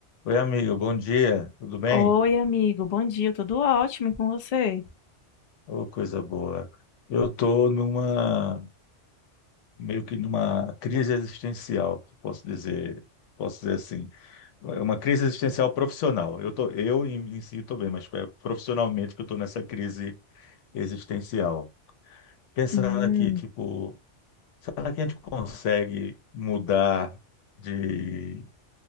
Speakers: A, on the left; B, on the left.
A: Oi, amigo, bom dia, tudo bem?
B: Oi, amigo, bom dia, tudo ótimo e com você?
A: Ô, coisa boa. Eu tô numa, meio que numa crise existencial, posso dizer, posso dizer assim. É Uma crise existencial profissional. Eu tô, eu em, em si estou bem, mas é profissionalmente que eu estou nessa crise existencial. Pensando
B: Hum,
A: aqui, tipo, será que a gente consegue mudar de